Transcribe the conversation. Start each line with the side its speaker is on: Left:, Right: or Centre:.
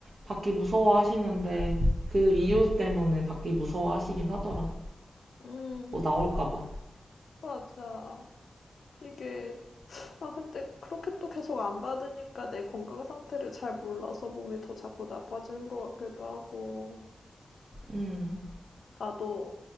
Right: 받기 무서워하시는데 그 이유 때문에 받기 무서워하시긴 하더라.
Left: 음,
Right: 뭐 나올까 봐.
Left: 맞아. 이게, 아, 근데 그렇게 또 계속 안 받으니까 내 건강 상태를 잘 몰라서 몸이 더 자꾸 나빠지는 것 같기도 하고,
Right: 응,
Left: 나도,